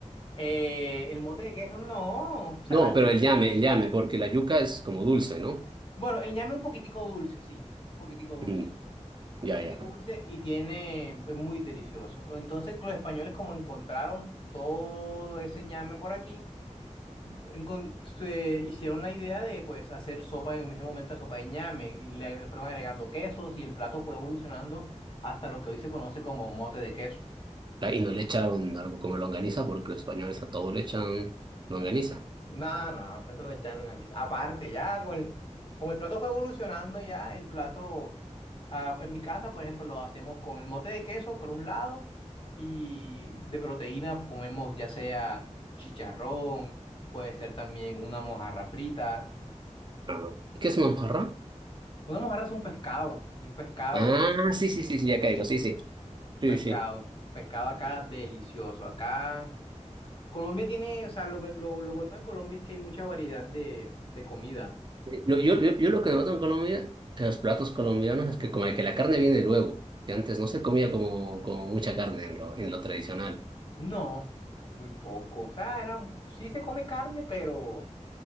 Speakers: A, on the left; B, on the right.
A: Eh, el mote de queso, no, saladito.
B: No, pero el llame, el llame, porque la yuca es como dulce, ¿no?
A: Bueno, el ñame es un poquitico dulce, sí, un poquitico dulce.
B: Mm. Ya,
A: Un poquitico
B: ya.
A: dulce y tiene, es muy delicioso. Entonces, los españoles como encontraron todo ese ñame por aquí, encon- se hicieron la idea de pues hacer sopa en ese momento, sopa de ñame, y le fueron agregando quesos y el plato fue evolucionando hasta lo que hoy se conoce como mote de queso.
B: Ah, Y no le echaron algo como longaniza porque los españoles a todo le echan longaniza.
A: No, no, eso no es llano en Andiza. Aparte, ya con el, como el plato fue evolucionando ya, el plato, ah, en mi casa, por ejemplo, lo hacemos con el mote de queso por un lado y de proteína comemos ya sea chicharrón, puede ser también una mojarra frita.
B: Ah. ¿Qué es una mojarra?
A: Una mojarra es un pescado, un pescado,
B: Ah, sí, sí, sí, sí, ya caigo, sí, sí.
A: un
B: Sí,
A: pescado,
B: sí.
A: pescado acá delicioso. Acá Colombia tiene, o sea, lo, lo, lo bueno de Colombia es que hay mucha variedad de, de comida.
B: Lo- Yo, yo, yo lo que noto en Colombia, en los platos colombianos, es que como que la carne viene luego, que antes no se comía como, como mucha carne en lo, en lo tradicional.
A: No, muy poco. O sea, era, sí se come carne, pero